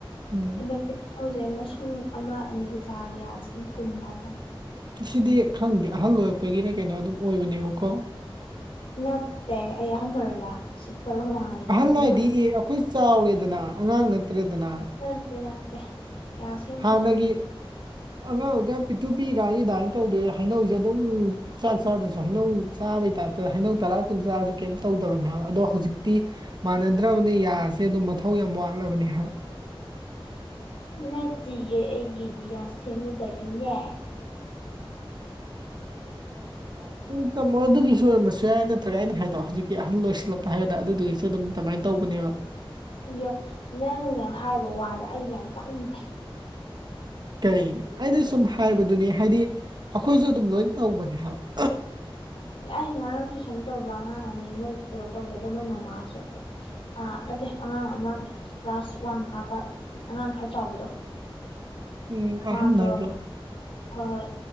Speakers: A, on the right (about 50°); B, on the left (about 75°).
A: ꯎꯝ
B: ꯍꯟꯗꯛꯇꯤ ꯂꯧꯁꯦ ꯃꯁꯨꯡ ꯑꯃ ꯑꯅꯤꯒ ꯆꯥꯔꯗꯤ ꯌꯥꯁꯦ ꯑꯗꯨꯝ ꯀꯨꯝꯕ ꯍꯥꯏꯇꯥꯔꯦ
A: ꯁꯤꯗꯤ ꯈꯪꯗꯦ ꯑꯍꯜ ꯑꯣꯏꯔꯛꯄꯒꯤꯔ ꯀꯩꯅꯣ ꯑꯗꯨꯝ ꯑꯣꯏꯕꯅꯦꯕꯀꯣ
B: ꯅꯠꯇꯦ ꯑꯩ ꯑꯍꯟ ꯑꯣꯏꯔꯕ ꯁꯤꯠꯇꯕ ꯃꯥꯜꯂꯦ ꯅꯪꯒꯤꯗꯣ
A: ꯑꯍꯜ ꯍꯥꯏꯗꯤ ꯑꯦ ꯑꯩꯈꯣꯏ ꯆꯥꯎꯔꯦꯗꯅ ꯑꯉꯥꯡ ꯅꯠꯇ꯭ꯔꯦꯗꯅ
B: ꯅꯠꯇꯦ ꯅꯠꯇꯦ ꯌꯥ ꯁꯦꯝꯃꯨꯕꯩꯅꯤ
A: ꯍꯥꯟꯅꯒꯤ ꯑꯉꯥꯡ ꯑꯣꯏꯀꯥꯟ ꯄꯤꯛꯇꯨ ꯄꯤꯛꯏꯀꯥꯟꯒꯤ ꯗꯥꯏꯟ ꯇꯧꯗꯣꯏ ꯍꯩꯅꯧꯖꯦ ꯑꯗꯨꯝ ꯆꯥꯛ ꯆꯥꯗ꯭ꯔꯁꯨ ꯍꯩꯅꯧ ꯆꯥꯕꯩ ꯇꯥꯏꯞ ꯇꯧꯋꯦ ꯍꯩꯅꯧ ꯇꯔꯥ ꯀꯨꯟ ꯆꯥꯔꯁꯨ ꯀꯩꯝ ꯇꯧꯗꯕꯅꯦ ꯍꯥꯏꯕ ꯑꯗꯣ ꯍꯧꯖꯤꯛꯇꯤ ꯃꯥꯟꯅꯗ꯭ꯔꯕꯅꯤ ꯌꯥꯁꯦ ꯑꯗꯨꯝ ꯃꯊꯧ ꯌꯥꯝ ꯋꯥꯠꯂꯕꯅꯤ ꯍꯥꯏꯕ
B: ꯅꯠꯇꯤꯌꯦ ꯑꯩꯒꯤꯗꯤ ꯌꯥ ꯁꯦꯝꯃꯨꯕꯒꯤꯅꯦ
A: <inaudible> ꯎꯝ ꯇꯝꯃꯣ ꯑꯗꯨꯒꯤꯁꯨ ꯑꯣꯏꯔꯝꯕꯁꯨ ꯌꯥꯏ ꯅꯠꯇ꯭ꯔꯒ ꯑꯩꯅ ꯍꯥꯏꯗꯣ ꯍꯧꯖꯤꯛꯀꯤ ꯑꯍꯜ ꯑꯣꯏꯁꯤꯜꯂꯛꯄ ꯍꯥꯏꯒꯗ꯭ꯔꯥ ꯑꯗꯨꯗꯨꯒꯤꯁꯨ ꯑꯗꯨꯝ ꯇꯃꯥꯏ ꯇꯧꯕꯅꯦꯕ
B: ꯌꯥ ꯅꯪꯅ ꯍꯥꯏꯕ ꯋꯥꯗꯣ ꯑꯩ ꯌꯥꯝ ꯇꯥꯅꯤꯡꯗꯦ
A: ꯀꯩꯒꯤ ꯑꯩꯗꯤ ꯁꯨꯝ ꯍꯥꯏꯕꯗꯨꯅꯤ ꯍꯥꯏꯗꯤ ꯑꯩꯈꯣꯏꯁꯨ ꯑꯗꯨꯝ ꯂꯣꯏ ꯇꯧꯕꯅꯦ ꯍꯥꯏꯕ
B: ꯑꯩ ꯉꯔꯥꯡ ꯇꯨꯏꯁꯟ ꯇꯧꯕ ꯑꯉꯥꯡ ꯑꯅꯤ ꯃꯣꯏ ꯄꯨꯂꯞ ꯇꯧꯗꯗꯣ ꯃꯣꯏ ꯃꯃꯥꯁꯨ ꯑꯥ ꯅꯠꯇꯦ ꯑꯉꯥꯡ ꯑꯃ ꯀ꯭ꯂꯥꯁ ꯋꯥꯟ ꯀꯥꯕ ꯑꯉꯥꯡ ꯈꯔ ꯆꯥꯎꯕꯗꯣ
A: ꯎꯝ
B: ꯃꯥꯗꯣ
A: ꯑꯍꯟ ꯅꯠꯇ꯭ꯔꯣ
B: ꯍꯣꯏ ꯍꯣꯏ